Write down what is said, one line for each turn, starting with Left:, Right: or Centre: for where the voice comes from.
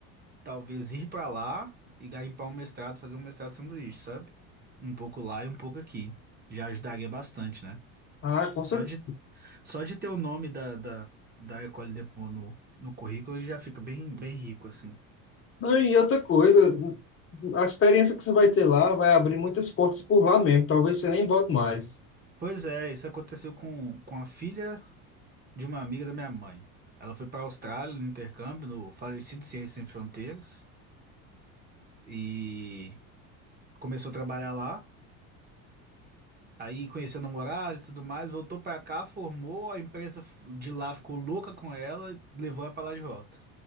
Right: talvez ir pra lá e garimpar um mestrado, fazer um mestrado de sanduíche, sabe? Um pouco lá e um pouco aqui. Já ajudaria bastante, né?
Left: ah, com certeza.
Right: Só de, só de ter o nome da, da, da École de Pau no, no currículo ele já fica bem, bem rico, assim.
Left: Não, e outra coisa, a experiência que você vai ter lá vai abrir muitas portas por lá mesmo. Talvez você nem volte mais.
Right: Pois é, isso aconteceu com, com a filha de uma amiga da minha mãe. Ela foi para a Austrália no intercâmbio, no falecido Ciências Sem Fronteiras, e começou a trabalhar lá. Aí conheceu o namorado e tudo mais, voltou para cá, formou, a empresa f- de lá ficou louca com ela, levou ela para lá de volta.